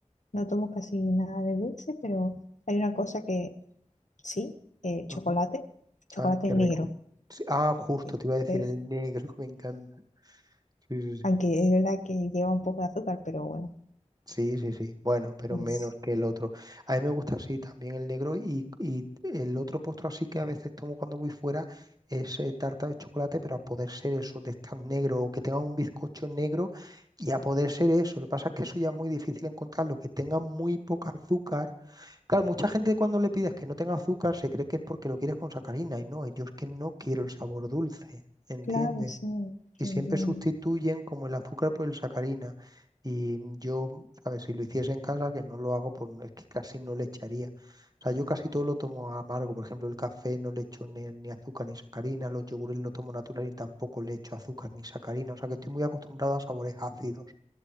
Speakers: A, on the left; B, on the right.
A: no tomo casi nada de dulce, pero hay una cosa que sí, eh, chocolate,
B: ujú.
A: chocolate
B: Ay, qué
A: negro.
B: rico. Sí, Ah, justo,
A: eh,
B: te iba a decir
A: eh,
B: el negro, <laughs> me encanta. Sí, sí, sí.
A: aunque es verdad que lleva un poco de azúcar, pero bueno,
B: Sí, sí, sí. Bueno, pero
A: es
B: menos que el otro. A mí me gusta así también el negro y, y el otro postre así que a veces tomo cuando voy fuera es eh, tarta de chocolate, pero a poder ser eso, de estar negro o que tenga un bizcocho negro y a poder ser eso. Lo que pasa es que eso ya es muy difícil encontrarlo, que tenga muy poca azúcar. Claro, mucha gente cuando le pides que no tenga azúcar se cree que es porque lo quieres con sacarina y no, yo es que no quiero el sabor dulce, ¿entiendes?
A: claro, sí,
B: y
A: también
B: siempre sustituyen como el azúcar por el sacarina. Y yo, ¿sabes? Si lo hiciese en casa, que no lo hago, pues no- es que casi no le echaría. O sea, yo casi todo lo tomo amargo. Por ejemplo, el café no le echo ni, ni azúcar ni sacarina, los yogures lo tomo natural y tampoco le echo azúcar ni sacarina. O sea, que estoy muy acostumbrado a sabores ácidos.